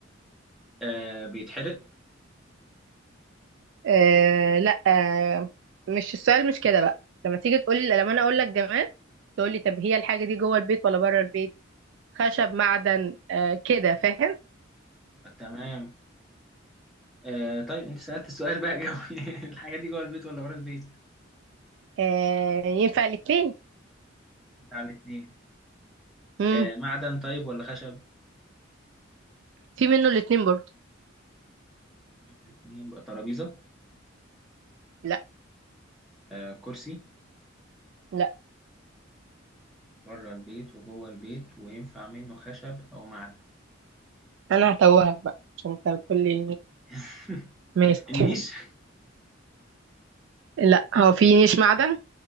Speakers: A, in the centre; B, on the right.
A: آه بيتحرق
B: آه لا آه مش السؤال مش كده بقى لما تيجي تقول لي، لما انا اقول لك جماد تقول لي طب هي الحاجة دي جوه البيت ولا بره البيت خشب معدن آه كده فاهم
A: تمام آه طيب أنت سألت السؤال بقى جوي <laughs> الحاجة دي جوه البيت ولا بره البيت؟
B: آه ينفع الاتنين
A: بتاع الاتنين
B: مم.
A: آه معدن طيب ولا خشب؟
B: في منه الاتنين برضه
A: الاتنين بقى ترابيزة
B: لا
A: آه كرسي
B: لا
A: بره البيت وجوه البيت وينفع منه خشب أو معدن
B: انا هتوهك بقى عشان انت بتقولي
A: <laughs>
B: ماشي
A: النيش
B: لا هو في نيش معدن